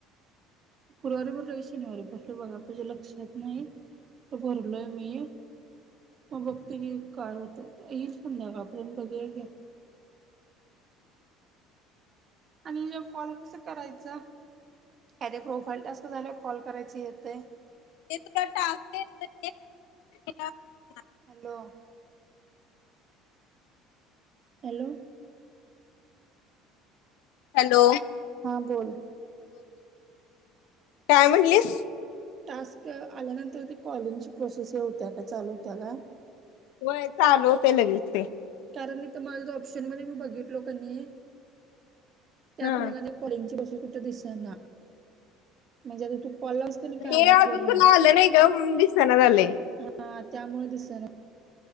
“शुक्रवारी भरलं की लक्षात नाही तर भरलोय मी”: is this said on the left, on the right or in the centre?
Right